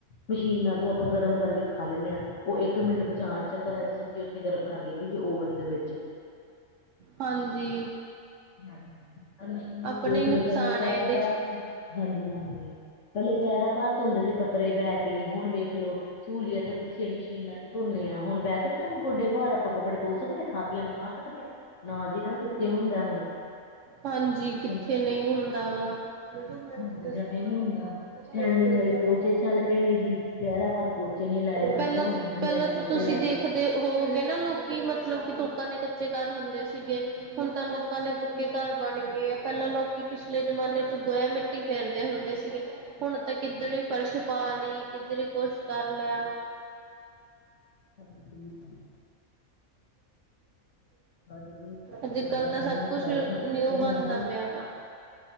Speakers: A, on the left (about 60°); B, on the right (about 65°).
A: ਮਸ਼ੀਨਾਂ ਤੋਂ ਆਪਾਂ ਗਰਮ ਕਰਕੇ ਖਾ ਲੈਂਨਦੇ ਹਾਂ, ਉਹ ਇੱਕ ਮਿੰਟ ਬਚਾਉਣ ਚੱਕਰ ਆ ਤੇ ਉੱਥੇ ਗਰਮ ਕਰ ਲਈ ਦੀ ਓਵਨ ਦੇ ਵਿੱਚ
B: ਹਾਂਜੀ
A: ਹ ਪਰ ਮਸ਼ੀਨਾਂ
B: ਆਪਣੇ
A: ਦੇਖ
B: ਹੀ ਨੁਕਸਾਨ
A: ਲਓ ਪਹਿਲੇ ਪੈਰਾ
B: ਆ ਇਹਦੇ
A: ਬਰ ਹਾਂਜੀ ਹਾਂਜੀ ਪਹਿਲੇ ਪਿਆਰਾਂ ਭਰ ਧੁੰਦੇ ਸੀ ਕੱਪੜੇ ਬੈ ਕੇ ਹੁਣ ਵੇਖਲੋ ਸਹੂਲੀਅਤ ਪਿੱਛੇ ਮਸ਼ੀਨਾਂ ਚ ਧੁੰਨੇ ਆ ਹੁਣ ਬਹਿ ਸਕਾਂਗੇ ਗੋਡੇ ਭਹਾਰ ਆਪਾਂ ਕਪੜੇ ਤੋ ਸਕਦੇ ਥਾਪੀਆਂ ਮਾਰ ਸਕਦੇ ਹਾਂ ਨਾ ਜਿਹ ਨਾ
B: ਚ।
A: ਕਿੱਥੇ ਹੁੰਦਾ ਹੁਣ
B: ਹਾਂਜੀ ਕਿੱਥੇ
A: ਹੁਣ
B: ਨਹੀਂ ਹੁੰਦਾ ਗਾ ਬਡੂ ਮੈਂ ਕਿੱਥੇ
A: ਤਾਂ ਜਮਾ
B: ਸਵਾਣਾ
A: ਹੀ ਨਹੀਂ ਹੁੰਦਾ
B: ਉਹਦਾ
A: ਸਟੈਂਡਿੰਗ
B: ਗਈ
A: ਵਾਲੇ
B: ਤੁਹ
A: ਪੋਚੇ ਚੱਲ ਪਏ ਨੇ ਜੀ ਪੈਰਾਂ ਪਰ ਪੋਚੇ ਨਹੀਂ ਲਾਏ ਜਾਂਦੇ
B: ਪਹਿਲਾਂ
A: ਹੁਣ ਡੰਡੇ ਨਾਲ ਪੋਚੇ
B: ਤਾਂ ਤੁਸੀਂ
A: ਲਾਈ
B: ਦੇਖਦੇ
A: ਦੋ
B: ਹੋਗੇਏ ਨਾ ਲੋਕਿ ਕੀ ਮਤਲਬ ਕਿ ਲੋਕਾਂ ਦੇ ਕੱਚੇ ਘਰ ਹੁੰਦੇ ਸੀਗੇ ਹੁਣ ਤਾਂ ਲੋਕਾਂ ਦੇ ਪੱਕੇ ਘਰ ਬਣ
A: ਬਸ
B: ਗਏ ਆ, ਪਹਿਲਾਂ ਲੋਕੀ ਪਿਛਲੇ ਜਮਾਨੇ ਚ, ਗੋਇਆ ਮਿੱਟੀ ਫੇਰਦੇ ਹੁੰਦੇ ਸੀਗੇ, ਹੁਣ ਤਾਂ ਕਿੱਧਰੇ ਫਰਸ਼ ਪਾ ਲਈ ਕਿੱਧਰੇ ਕੁਛ ਕਰ ਲਿਆ
A: <inaudible> ਜੀ
B: ਅੱਜ ਕਲ ਤਾਂ
A: ਹੀ
B: ਸਬ
A: ਕਹਿ
B: ਕੁਛ ਨਿਊ
A: ਰਹੇ ਆ ਟੈਕਨੋਲੋਜੀ
B: ਬਣਦਾ ਪਿਆ ਵਾਂ